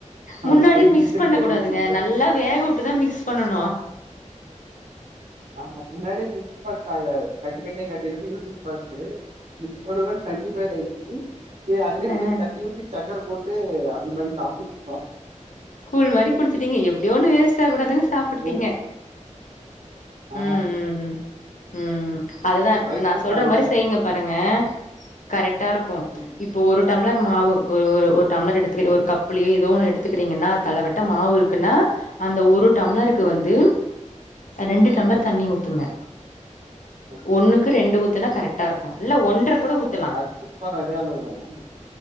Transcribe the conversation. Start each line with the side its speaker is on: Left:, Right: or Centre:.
Left: முன்னாடி
Right: அது கஞ்சி
Left: மிக்ஸ்
Right: மாரி
Left: பண்ண
Right: ஆயிடுச்சு
Left: கூடாதுங்க நல்லா வேக வுட்டுதா மிக்ஸ் பண்ணனு
Right: ஆமா முன்னாடியே மிக்ஸ் பண்டாங்க கட்டிக்கட்டே கட்டிக் கட்டி யூடியூப் பாத்து மிக்ஸ் பண்ணோனே கஞ்சி மாரி ஆயடுச்சு அதுலயே
Left: அ
Right: தண்ணி ஊத்தி சக்கர் போட்டு அந்த மாரி சாப்புட் ஒ
Left: கூல் மாரி குடுச்சுட்டீங்க எப்டியோ ஒன்னு வேஸ்ட் ஆ கூடாதுன் தாப்புட்டீங்க
Right: ஓ ஆ
Left: ம் ம் ம் ம் அதுதான்
Right: ட்ரை
Left: நா
Right: பண்றாங்களா?
Left: சொல்ற மாரி செய்ங்க பாருங்க
Right: ஆ
Left: கரெட்டா இருக்கூ
Right: ம்
Left: இப் ப்போ ஒரு டம்ளரு மாவு ஒரு ஒர் டம்மர் எடுத்துகிற ஒர் கப்புலே எதோ ஒன்னு எடுத்துக்கிறீங்கன்னா தலவெட்ட
Right: ம்
Left: மாவு இருக் க்குன்னா அந்த ஒரு டம்ளருக்கு
Right: ம்.
Left: வந்து ரெண்டு டம்ளர் தண்ணி ஊத்துங்க
Right: ஓகே.
Left: ஒண்ணுக்கு ரெண்டு ஊத்தனா கரெட்டா இருக்கூ இல்ல ஒன்ற கூட ஊத்தலா
Right: அச் சீப்பர் அதே அளவு தானா